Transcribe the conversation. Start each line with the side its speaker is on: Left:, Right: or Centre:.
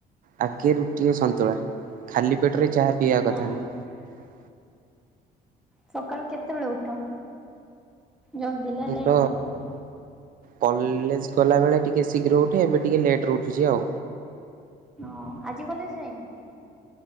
Right: ଆଗେ ରୁଟି ସନ୍ତୁଳା ଖାଲି ପେଟରେ ଚାହା ପିଇବା
Centre: ହଁ
Right: କଥା ନୁହଁ।
Centre: ସକାଳୁ କେତେବେଳେ ଉଠ? ଜଲଦି ନା
Right: ମୁଁ
Centre: ଲେଟ
Right: ତ
Centre: କର?
Right: କଲେଜ ଗଲା ବେଳେ ଟିକେ ଶୀଘ୍ର ଉଠେ ଏବେ ଟିକେ ଲେଟ ଉଠୁଛି ଆଉ।
Centre: ହଁ ଆଜି କଲେଜ ଯାଇନ କି?